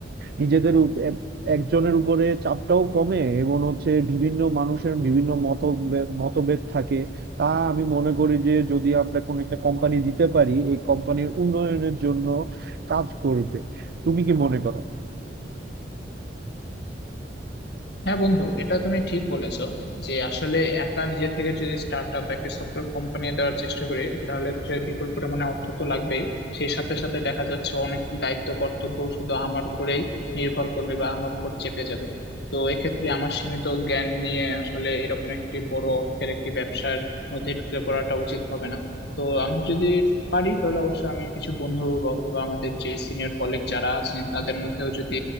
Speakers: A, on the right (about 60°); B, on the left (about 65°).
A: নিজেদের উপ- এক- একজনের উপরে চাপটাও কমে এবং হচ্ছে বিভিন্ন মানুষের বিভিন্ন মত মতভেদ থাকে তা আমি মনে করি যে যদি আমরা কোনো একটা কোম্পানি দিতে পারি এই কোম্পানির উন্নয়নের জন্য কাজ করবে তুমি কি মনে করো
B: হ্যাঁ বন্ধু এটা তুমি ঠিক বলেছো যে আসলে একা নিজে থেকে যদি স্টার্ট আপ বা একটা সফটওয়্যার কোম্পানি দেওয়ার চেষ্টা করি তাহলে সে বিপুল পরিমাণে অর্থ তো লাগবেই সেই সাথে সাথে দেখা যাচ্ছে অনেক দায়িত্ব কর্তব্য শুধু আমার উপরেই নির্ভর করবে বা আমার উপর চেপে যাবে তো এক্ষেত্রে আমার সীমিত জ্ঞান নিয়ে আসলে এরকম একটি বড় অর্থের একটি ব্যবসার মধ্যে ঢুকে পড়াটা উচিত হবে না তো আমি যদি পারি তাহলে অবশ্যই আমি কিছু বন্ধু বা অথবা আমাদের যে সিনিয়র কলিগ যারা আছেন তাদের মধ্যেও যদি